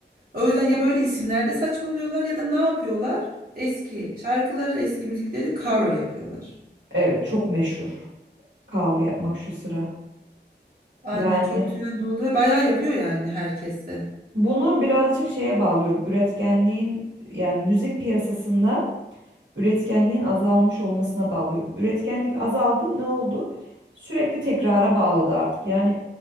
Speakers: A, on the right; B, on the right.
A: O yüzden ya böyle isimlerde saçmalıyorlar ya da ne yapıyorlar? Eski şarkıları, eski müzikleri cover yapıyorlar.
B: Evet, çok meşhur cover yapmak şu sıra.
A: Aynen
B: Yani
A: çok trend oldu ve bayağı yapıyor yani herkes de.
B: bunu birazcık şeye bağlıyorum. Üretkenliğin yani müzik piyasasında üretkenliğin azalmış olmasına bağlıyorum. Üretkenlik azaldı, ne oldu? Sürekli tekrara bağladı artık. Yani